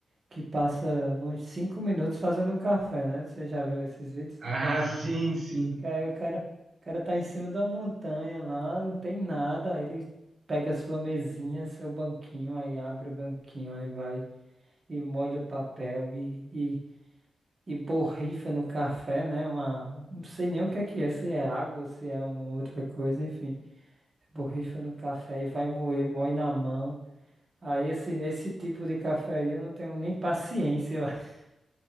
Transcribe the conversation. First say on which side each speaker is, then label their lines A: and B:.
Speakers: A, on the right; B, on the right.
A: que passa uns cinco minutos fazendo um café, né? Você já viu esses vídeos?
B: Ah, sim, sim.
A: Que aí o cara, o cara tá em cima da montanha lá, não tem nada, aí ele pega sua mesinha, seu banquinho, aí abre o banquinho, aí vai e molha o papel e, e borrifa no café, né? Uma, não sei nem o que é que é, se é água, se é uma outra coisa, enfim. Borrifa no café e vai moer, moe na mão. Aí esse, esse tipo de café aí eu não tenho nem paciência, eu <laughs> acho.